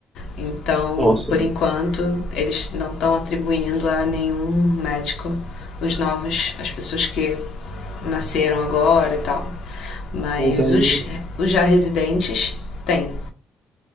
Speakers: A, on the left (about 75°); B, on the right (about 20°).
A: Então,
B: Nossa,
A: por enquanto, eles não estão atribuindo a nenhum médico os novos, as pessoas que nasceram agora e tal mas
B: mas aí
A: os, os já residentes têm.